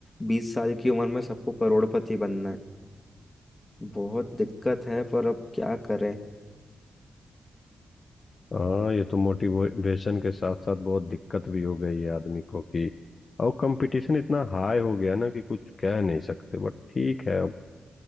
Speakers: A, on the left; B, on the left.
A: बीस साल की उम्र में सबको करोड़पति बनना है बहुत दिक्कत है पर अब क्या करें
B: हाँ ये तो मोटिवेशन के साथ साथ बहुत दिक्कत भी हो गई है आदमी को कि और कंपटीशन इतना हाई हो गया ना कि कुछ कह नहीं सकते बट ठीक है अब